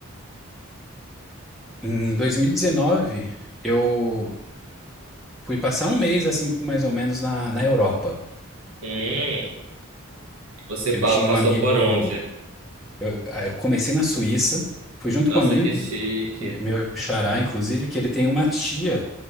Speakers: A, in the centre; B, on the right.
A: Em 2019, eu fui passar um mês, assim, mais ou menos, na, na Europa.
B: Hum. Você
A: Eu
B: pa-
A: tinha
B: passou
A: um amigo.
B: por onde?
A: Eu, ah, eu comecei na Suíça, fui junto
B: Nossa,
A: com um amigo,
B: que chique.
A: me- meu xará, inclusive, que ele tem uma tia